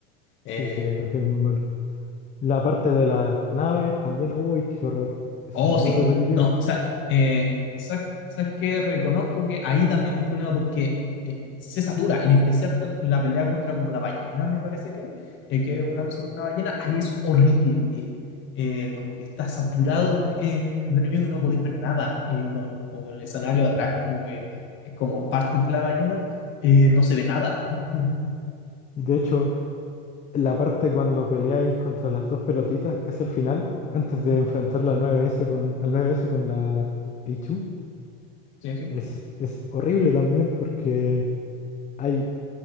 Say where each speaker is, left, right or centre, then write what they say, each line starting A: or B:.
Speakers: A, on the left; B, on the left.
A: Eh,
B: Sí, sí, el replay es muy malo. La parte de las naves también. Uy, qué horror. Eso
A: Oh,
B: es muy
A: sí.
B: repetitivo.
A: No, o sea, eh, ¿sabes, sabes qué? Reconozco que ahí también es un problema porque eh, se satura, en especial con la pelea contra como la ballena, me parece que, eh, que es una cosa como una ballena, ahí es horrible. eh, eh, como que está saturado de, eh, de enemigos y no podéis ver nada. Y con- como con el escenario atrás, como que es como parte de la ballena, eh, no se ve nada. <laughs>
B: Y de hecho, la parte cuando peleáis contra las dos pelotitas casi al final, antes de enfrentar la nueve s con, al nueve s con la H 2
A: Sí, sí.
B: es, es horrible también porque hay